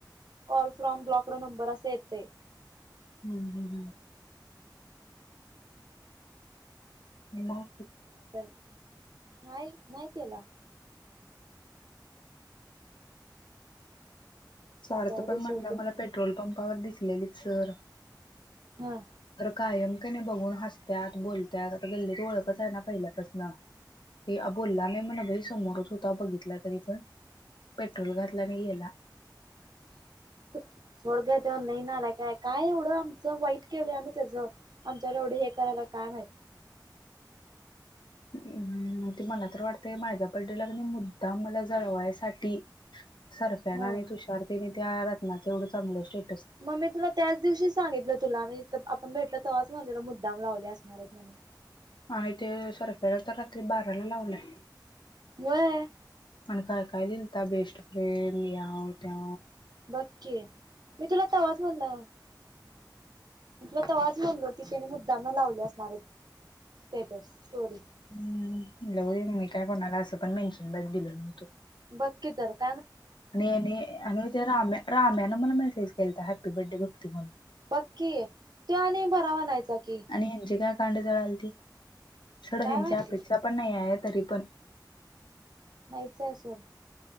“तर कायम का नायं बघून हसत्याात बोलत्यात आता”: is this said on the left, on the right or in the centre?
Left